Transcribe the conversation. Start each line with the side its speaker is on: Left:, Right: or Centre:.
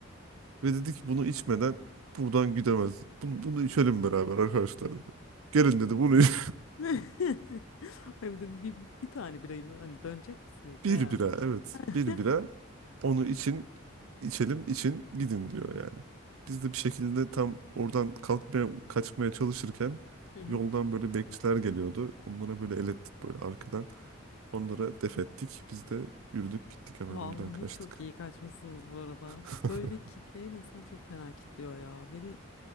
Right: Ve dedi ki bunu içmeden buradan gidemez. Bunu, bunu içelim beraber arkadaşlar dedi. Gelin dedi bunu iç-
Left: <laughs> Ay bir de bir, bir tane birayım hani dönecek misiniz
Right: <laughs> bir
Left: ne yani?
Right: bira evet
Left: <laughs>
Right: bir bira onu için içelim için gidin diyor yani. Biz de bir şekilde tam oradan kalkmaya kaçmaya çalışırken
Left: Hı hı.
Right: yoldan böyle bekçiler geliyordu. Onlara böyle el ettik böyle arkadan. Onlara def ettik. Biz de yürüdük gittik hemen
Left: Vallahi
Right: oradan kaçtık.
Left: çok iyi kaçmışsınız bu arada.
Right: <laughs>
Left: Böyle kitleyen insan çok fena kitliyor ya. Beni